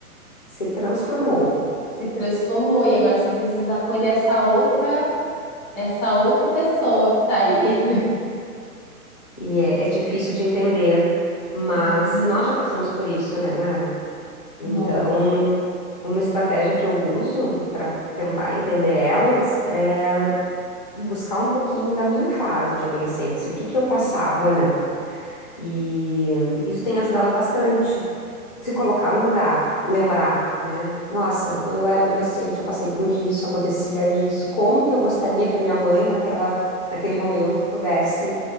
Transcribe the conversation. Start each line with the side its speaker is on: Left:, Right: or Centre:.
Left: se transformou.
Centre: se transformou, e agora você precisa acolher essa outra, essa outra pessoa que tá aí.
Left: E é, é difícil de entender, mas
Centre: <laughs> Gente,
Left: nós já passamos
Centre: é.
Left: por isso, né, Mara? Então,
Centre: Nossa,
Left: uma estratégia que eu uso para tentar entender elas é. buscar um pouquinho da minha fase de adolescência, o que que eu passava, né? E isso tem ajudado bastante. Se colocar no lugar, lembrar, né? Nossa, quando eu era adolescente, eu passei por isso, acontecia isso. Como que eu gostaria que a minha mãe, naquela, naquele momento, pudesse,